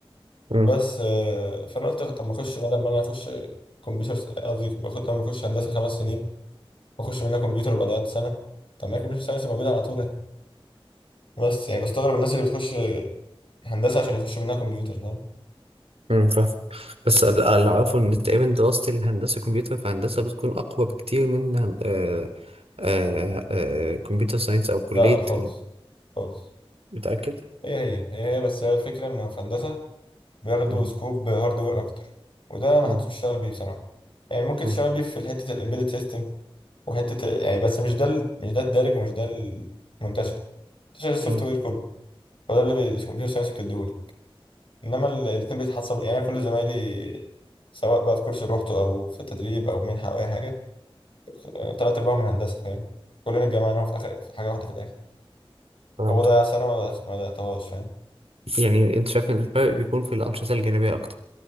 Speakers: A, on the right; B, on the left.
A: امم
B: بس آه، فأنا قلت طب ما أخش بدل ما أنا أخش كمبيوتر قصدي باخد بدل ما أخش هندسة خمس سنين وأخش منها كمبيوتر يبقى ضيعت سنة طب ما هي كمبيوتر ساينس موجودة على طول أهي بس يعني بستغرب الناس اللي بتخش هندسة عشان يخش منها كمبيوتر فاهم
A: امم فاهم بس ال- اللي اعرفه ان تقريبا دراسة الهندسة كمبيوتر فهندسة بتكون اقوى بكتير من هن- آه آه آه كمبيوتر ساينس او كلية
B: لا لا خالص
A: ال-
B: خالص
A: متأكد
B: هي هي هي هي بس هي الفكرة إن في هندسة بياخدوا
A: امم
B: سكوب هاردوير أكتر وده محدش
A: امم
B: بيشتغل بيه بصراحة يعني ممكن
A: امم
B: تشتغل بيه في حتة الإمبيدد سيستم وحته يعني بس مش ده ال- مش ده الدارج ومش ده المنتشر منتشر السوفت
A: امم
B: وير كله وده اللي كمبيوتر ساينس بتديهوله انما ال- الاتنين بيتحصل يعني أنا كل زمايلي سواء بقى في كورس روحته او في تدريب او منحه او اي حاجه آه، تلات ارباعهم من هندسه فاهم كلنا اتجمعنا هو في اخر في حاجه واحده في الاخر
A: فهمت
B: هو ضيع سنه وما ما ضيعتهاش فاهم
A: يعني انت شايف ان الفرق بيكون في الأنشطة الجانبية اكتر